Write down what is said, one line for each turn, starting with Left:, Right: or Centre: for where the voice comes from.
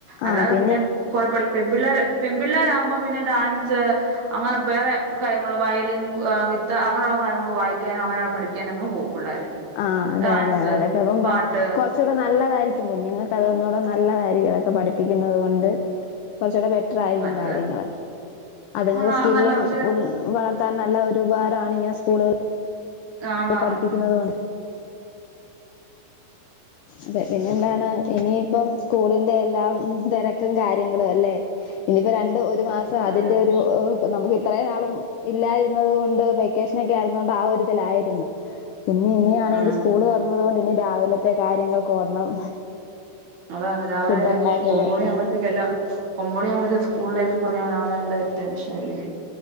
Left: ആഹ്
Right: അല്ലാതെ
Left: പി
Right: പിന്നെ കൊഴപ്പല്ല പെമ്പിള്ളേ പെമ്പിള്ളേരാവുമ്പോ പിന്നെ ഡാൻസ് അങ്ങനെ വേറെ കാര്യങ്ങള് വയലിൻ ഗിത്ത അങ്ങനെള്ള കാര്യങ്ങള് വായിക്കാനും അങ്ങനെ പഠി ക്ക്യാനങ്ങ് പോവും പിള്ളേര്
Left: ആഹ് അതെ
Right: ഡാൻസ്
Left: അതെ അതെ അതൊക്കെ അപ്പ
Right: പാട്ട്
Left: കൊർ ച്ചൂടെ നല്ലതായിരിക്കും കുഞ്ഞുങ്ങക്ക് അതൊന്നൂടെ നല്ലതായിരിക്കും അതൊക്കെ പഠിപ്പിക്കുന്നത് കൊണ്ട് കൊർച്ചൂടെ ബെറ്റ്റായിരിക്കും
Right: നല്ലത്
Left: കാര്യങ്ങള് അത്ങ്ങക്ക്
Right: കാണാൻ
Left: സ്കില്ലും
Right: നല്ല പക്ഷെ
Left: വ ളർത്താൻ നല്ല ഒരു ഉപകാരാണ് ഇങ്ങനെ സ്കൂളുകൾ
Right: ആന്നാന്ന്
Left: അത് പഠിപ്പിക്കുന്നത്
Right: ഉം
Left: കൊണ്ട് അതെ പിന്നെ എന്താണ് ഇനിയിപ്പം സ്കൂളിന്റെ എല്ലാം തെരക്കും കാര്യങ്ങളും അല്ലെ ഇനിയിപ്പോ രണ്ട് ഒരു മാസം അതിന്റെ
Right: അതെ അതെ
Left: ഒരു ഇപ്പൊ നമുക്ക് ഇത്രേം നാളും ഇല്ലായിരുന്നത് കൊണ്ട് വെക്കേഷനൊക്കെ ആയിരുന്നോണ്ട് ആ ഒരിതിലായിരുന്നു പിന്നെ ഇനിയാണെങ്കി
Right: ഉം
Left: സ്കൂള് തൊറന്നതോണ്ട് ഇനി രാവിലെത്തെ കാര്യങ്ങൾക് ഓടണം
Right: അതാണ് രാവിലെ
Left: ഫുഡ് ഉണ്ടാക്കല്
Right: ഒമ്പോണി ആവുമ്പോത്തേക്കെല്ലാം ഒബാത് മണിയമ്പോ സ്കൂളിലേക്ക് പറഞ് വിടണ്ടേ ടെൻഷൻ ഇല്ലേ